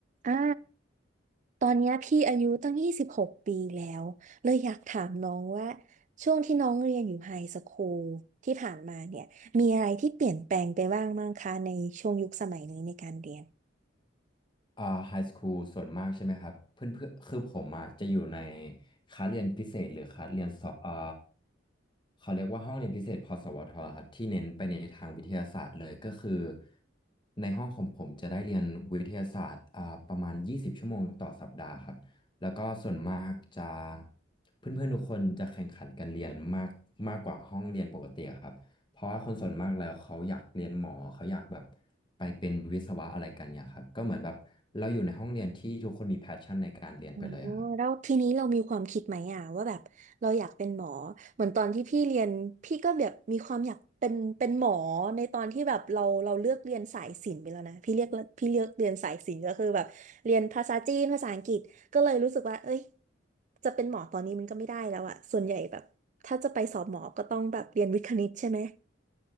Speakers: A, on the right; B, on the left.
A: อ่า ตอนเนี้ยพี่อายุตั้งยี่สิบหกปีแล้วเลยอยากถามน้องว่าช่วงที่น้องเรียนอยู่ไฮสคูลที่ผ่านมาเนี่ยมีอะไรที่เปลี่ยนแปลงไปบ้างมั้งคะในช่วงยุคสมัยนี้ในการเรียน
B: อ่าไฮสคูลส่วนมากใช่ไหมครับเพื่อนเพื่อคือผมอ่ะจะอยู่ในคลาสเรียนพิเศษหรือคลาสเรียนสอบอ่าเขาเรียกว่าห้องเรียนพิเศษพสวทครับที่เน้นไปในทางวิทยาศาสตร์เลยก็คือในห้องของผมจะได้เรียนวิทยาศาสตร์อ่าประมาณ20ชั่วโมงต่อสัปดาห์ครับแล้วก็ส่วนมากจะเพื่อนๆทุกคนจะแข่งขันกันเรียนมากมากกว่าห้องเรียนปกติครับ เพราะว่าคนส่วนมากแล้วเขาอยากเรียนหมอเขาอยากแบบไปเป็นวิศวะอะไรกันเนี่ยครับก็เหมือนแบบเราอยู่ในห้องเรียนที่ทุกคนมีแพชชั่นในการเรียนไปเลยอะครับ
A: อ๋อแล้วทีนี้เรามีความคิดไหมอ่ะว่าแบบเราอยากเป็นหมอเหมือนตอนที่พี่เรียนพี่ก็แบบมีความอยากเป็นเป็นหมอในตอนที่แบบเราเราเลือกเรียนสายศิลป์ไปแล้วนะพี่เรียกพี่เลือกเรียนสายศิลป์ก็คือแบบเรียนภาษาจีนภาษาอังกฤษก็เลยรู้สึกว่าเอ้ยจะเป็นหมอตอนนี้มันก็ไม่ได้แล้วอ่ะส่วนใหญ่แบบถ้าจะไปสอบหมอก็ต้องแบบเรียนวิทย์คณิตใช่ไหม